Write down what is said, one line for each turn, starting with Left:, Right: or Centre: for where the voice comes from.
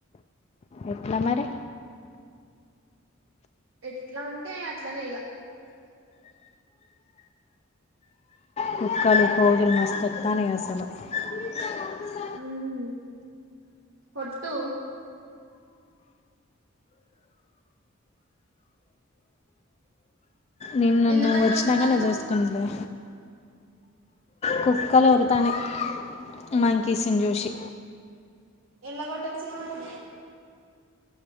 Left: ఎట్లా మరి
Right: ఎట్లా అంటే అట్లనే ఇగ
Left: కుక్కలు కోజులు మస్తస్తాను అసలు <unintelligible>
Right: ఉమ్ కొట్టు
Left: నిన్ను
Right: ఎందుకు
Left: నువ్వు
Right: అట్లా
Left: వచ్చినాక
Right: ఒర్రుతాళ్ళు
Left: నువ్వు చూసుకుందువులే కుక్కలు ఓ రుతున్నాయి మంకీస్ నీ చూసి
Right: ఎల్లగొట్టొచుగా మరి